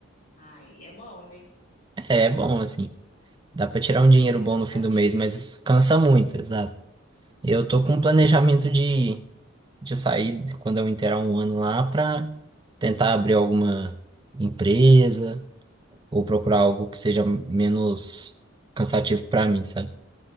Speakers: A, on the left; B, on the right.
A: Aí é bom, né?
B: É, é bom, assim, dá pra tirar um
A: Mas
B: dinheiro
A: é cansativo.
B: bom no fim do mês, mas cansa muito, exato. Eu tô
A: É
B: com um
A: muito.
B: planejamento de de sair quando eu inteirar um ano lá para tentar abrir alguma empresa ou procurar algo que seja menos cansativo para mim, sabe?